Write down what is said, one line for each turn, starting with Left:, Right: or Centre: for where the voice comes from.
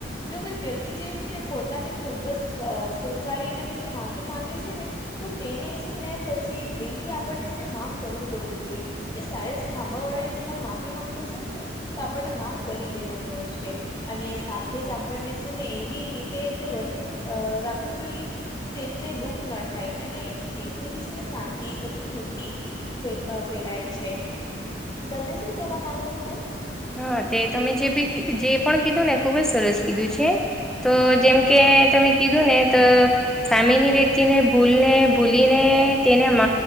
Left: જો કોઈ વ્યક્તિ જે છે ને પોતાની ખુબ જ સ્વીકારીને પછી માફી માંગે છે ને. તો તેને છે ને પછી દિલથી આપણને છે ને માં ફ કરી દેવું જોઈએ. એ સારી રીતે સાંભવાળી માફી માંગતો છે ને. તો આપણને માફ કરી દેવાનું હોય છે. અને સાથે જ આપણને છે ને એવી રીતે એટલે વર્તુળ રાખવું જોઈએ. તે <unintelligible> દુઃખ ન થાય. અને એ તેથી છે ને શાંતિ પછી સુખી ફેલાય છે. તમે શું કેવા માંગો છો બેન?
Centre: હ તે તમે જેબી કી જે પણ કીધુંને ખુબ જ સરસ કીધું છે. તો જેમ કે તમે કીધુંને ત. સામેની વ્યક્તિને ભૂલને ભૂલીને તેને મ